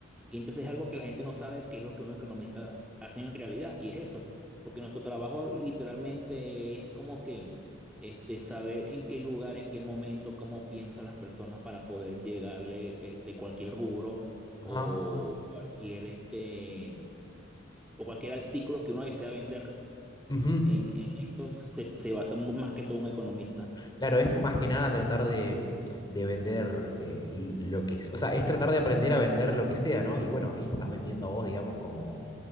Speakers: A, in the centre; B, on the left (about 20°).
A: y entonces es algo que la gente no sabe qué es lo que un economista hace en realidad, y es eso, porque nuestro trabajo literalmente es como que este, saber en qué lugar, en qué momento, cómo piensan las personas para poder llegarle este, cualquier rubro
B: Ajá.
A: o cualquier, este, o cualquier artículo que uno desea vender.
B: ujú.
A: En, en eso se, se basa más que todo un economista.
B: Claro, es más que nada tratar de, de vender eh, l- lo que es. O sea, es tratar de aprender a vender lo que sea, ¿no? Y bueno, ahí estás vendiendo a vos, digamos, como,